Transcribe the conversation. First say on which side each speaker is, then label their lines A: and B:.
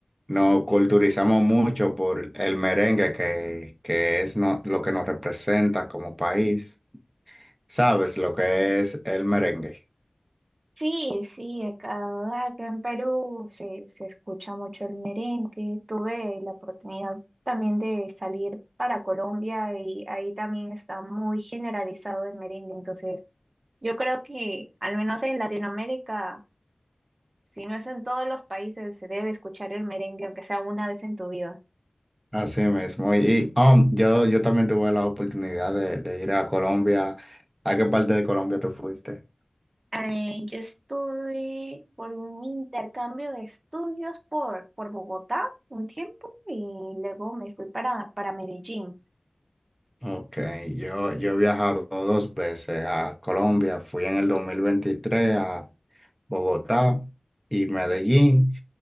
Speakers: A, on the right; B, on the right.
A: nos culturizamos mucho por el merengue que, que es no- lo que nos representa como país. ¿Sabes lo que es el merengue?
B: Sí, sí, acá, acá en Perú se, se escucha mucho el merengue. Tuve la oportunidad también de salir para Colombia y ahí también está muy generalizado el merengue. Entonces, yo creo que al menos en Latinoamérica, si no es en todos los países, se debe escuchar el merengue, aunque sea una vez en tu vida.
A: Así mismo. Y, y, um, yo, yo también tuve la oportunidad de, de ir a Colombia. ¿A qué parte de Colombia tú fuiste?
B: Eh, yo estuve por un intercambio de estudios por, por Bogotá un tiempo y luego me fui para, para Medellín.
A: Ok, yo, yo he viajado dos veces a Colombia, fui en el 2023 a Bogotá y Medellín